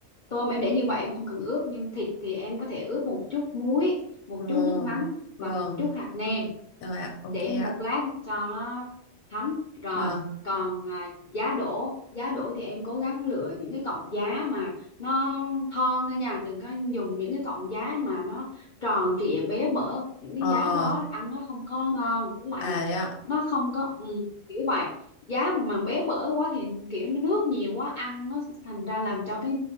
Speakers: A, on the left (about 45°); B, on the left (about 80°).
A: tôm em để như vậy em không cần ướp nhưng thịt thì em có thể ướp một chút muối một
B: Ồ,
A: chút nước mắm
B: vâng,
A: và một chút hạt nêm
B: rồi ạ,
A: để
B: ok
A: một
B: ạ.
A: lát cho nó thấm rồi
B: Vâng,
A: còn à, giá đỗ giá đỗ thì em cố gắng lựa những cái cọng giá mà nó thon thôi nha đừng có dùng những cái cọng giá mà nó tròn trịa béo bở những cái
B: ờ,
A: giá đó ăn nó không có ngon với lại
B: à
A: là
B: đấy ạ.
A: nó không có ừ, kiểu vậy giá mà béo bở quá thì kiểu nó nước nhiều quá ăn nó thành ra làm cho cái